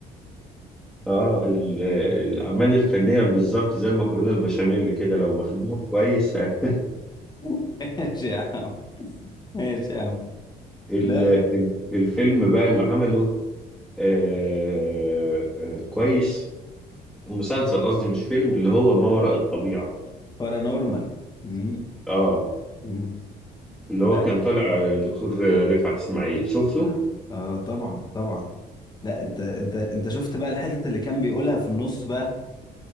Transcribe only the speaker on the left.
<laughs> ماشي يا عم ماشي يا عم
لا
بارانورمال مم.
مم.
لا
اه آه، طبعا طبعا لا انت انت انت شفت بقى الحتت اللي كان بيقولها في النص بقى